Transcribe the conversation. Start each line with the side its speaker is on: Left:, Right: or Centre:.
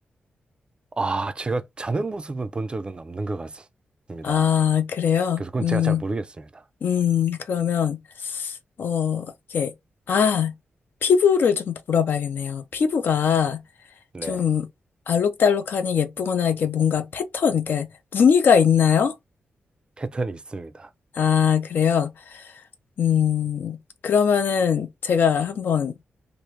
Right: 아, 제가 자는 모습은 본 적은 없는 것 같습니다.
Left: 아, 그래요?
Right: 그래서 그건
Left: 음,
Right: 제가 잘 모르겠습니다.
Left: 음, 그러면, 어, 이렇게, 아, 피부를 좀 물어봐야겠네요. 피부가
Right: 네,
Left: 좀 알록달록하니 예쁘거나 이게 뭔가 패턴, 그러니까 무늬가 있나요?
Right: 패턴이 있습니다.
Left: 아, 그래요? 음, 그러면은 제가 한번